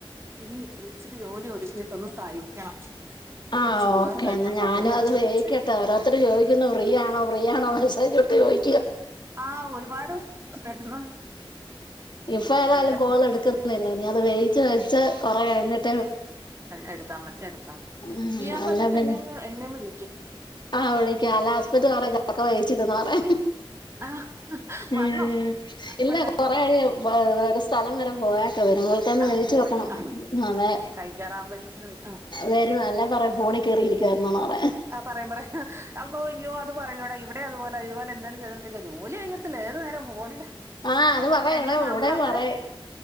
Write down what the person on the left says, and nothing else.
ആഹ്
ഓക്കേ
എന്നാ ഞാനും
അത് വേയിക്കട്ടെ
ഓരോര്ത്തര് ചോദിക്കുന്നു ഫ്രീ ആണോ ഫ്രീ ആണോ മെസ്സേജ് ഇട്ട് ചോദി
ഇപ്പോ
ഏതായാലും കോള്- എടുക്കുന്നില്ല, ഇനി അത് വേയിച്ച് വെച്ച് കൊറെ കഴിഞ്ഞിട്ട്-
ആഹ്
അല്ല പിന്നെ
ആഹ് വിളിക്കാ അല ഹാസ്പിറ്റ, പറ ജൊക്കെ വഴിച്ചിട്ടന്ന പറ-
ഉം
ഇല്ല
കൊറയാവ- വേ ഒരു സ്ഥലം വരെ പോയാക്കെ- വരുമ്പോതന്നെ
തായ്ച്ചു
വെക്കണം.
അതെ.
വരും അല്ലാ പറയാ ഫോണി കേറിയിരിക്കാുന്നോണറ.
ആഹ് അത് പറയും
ഇവിടെ
ഇവിടെയും
പറയും